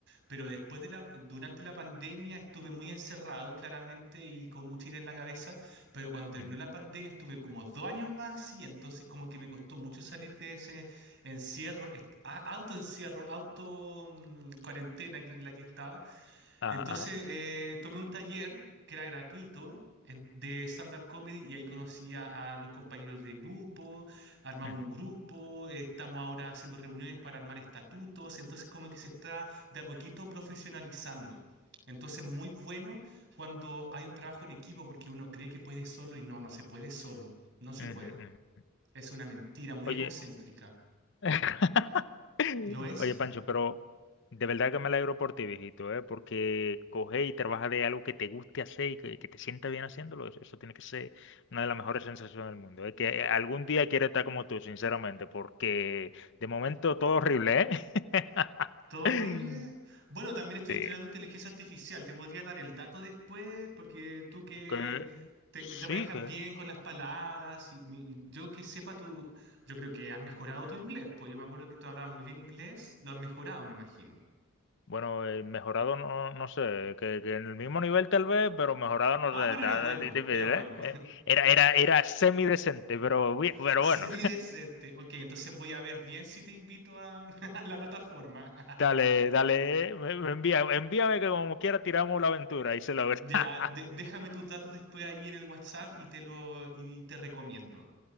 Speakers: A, on the right; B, on the left.
A: Pero después de la, durante la pandemia estuve muy encerrado, claramente, y con mucha idea en la cabeza, pero cuando terminó
B: Ujú.
A: la pandemia estuve como dos años más y entonces como que me costó mucho salir de ese encierro, est- a- autoencierro, auto mm, cuarentena que- en la que estaba.
B: Ah,
A: Entonces
B: ah,
A: eh, tomé un taller que era gratuito en- de stand-up comedy y ahí conocí a, a los compañeros de grupo, armamos
B: ujú,
A: un grupo, eh, estamos ahora haciendo reuniones para armar estatutos, entonces como que se está de a poquito profesionalizando. Entonces, muy bueno cuando hay un trabajo en equipo porque uno cree que puede solo y no, no se puede solo, no se
B: ujú,
A: puede.
B: ujú.
A: Es una mentira muy
B: Oye.
A: egocéntrica.
B: <laughs>
A: ¿Lo es?
B: Oye, Pancho, pero de verdad que me alegro por ti, viejito, ¿eh? Porque coge y trabaja de algo que te guste hacer y que, que te sienta bien haciéndolo. Eso, eso tiene que ser una de las mejores sensaciones del mundo. Es que algún día quiero estar como tú, sinceramente, porque de momento todo horrible, ¿eh? <laughs>
A: Todo horrible. Bueno, también estoy
B: Sí,
A: entrenando inteligencia artificial. Te podría dar el dato después, porque tú que
B: que,
A: te,
B: sí,
A: te manejas
B: que,
A: bien con las palabras y, mi- y yo que sepa, tú, yo creo que has mejorado tu inglés. Pues yo me acuerdo que tú hablabas muy bien inglés, lo has mejorado, me imagino.
B: bueno, eh, mejorado no, no sé, que, que en el mismo nivel tal vez, pero mejorado no
A: Ah,
B: sé,
A: pero
B: está
A: era bueno,
B: di- difícil,
A: era bueno.
B: ¿eh? Eh, Era, era, era semidecente, pero, bu-
A: <laughs>
B: pero
A: Serie
B: bueno.
A: decente. Ok, entonces voy a ver bien si te invito a, <laughs> a la plataforma.
B: Dale,
A: <laughs>
B: dale, eh, me- me envía, envíame que como quiera tiramos la aventura y se logra.
A: Ya,
B: <laughs>
A: de- déjame tus datos después ahí en el WhatsApp y te lo y te recomiendo.